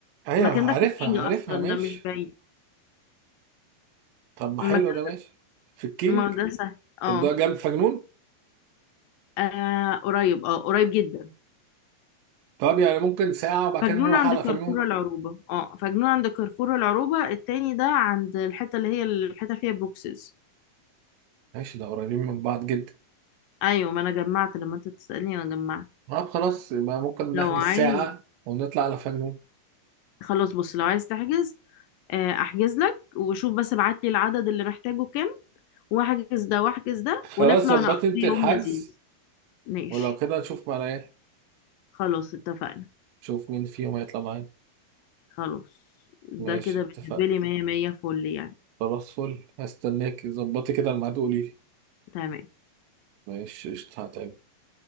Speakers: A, on the right; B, on the left.
A: ايوه
B: المكان
A: عارفها
B: ده في كينج
A: عارفها
B: اصلا
A: ماشي
B: ده مش بعيد
A: طب ما حلو
B: المكان
A: ده ماشي في الكينج
B: ما ده سهل اه
A: طب ده جنب فجنون
B: آه، قريب اه قريب جدا
A: طب يعني ممكن ساعة وبعد
B: فجنون
A: كده نروح
B: عند
A: على
B: كارفور
A: فجنون
B: العروبة اه فجنون عند كارفور العروبة التاني ده عند الحتة اللي هي الحتة فيها بوكسز
A: ماشي ده قريبين من بعض جدا
B: ايوه ما انا جمعت لما انت تسألني انا جمعت
A: طب خلاص يبقى ممكن نحجز
B: لو عايز
A: ساعة ونطلع على فجنون
B: خلاص بص لو عايز تحجز آه، احجز لك وشوف بس ابعت لي العدد اللي محتاجه كام واحجز ده واحجز ده
A: خلاص
B: ونطلع
A: ظبطت
B: نقضي
A: انت
B: يوم
A: الحجز
B: لذيذ ماشي
A: ولو كده نشوف معانا ايه
B: خلاص اتفقنا
A: نشوف مين فيهم هيطلع معانا
B: خلاص ده
A: ماشي
B: كده
A: اتفقنا
B: بالنسبة لي مية مية فل يعني
A: خلاص فل هستناك ظبطي كده الميعاد وقولي لي
B: تمام
A: ماشي قشطة هتقابل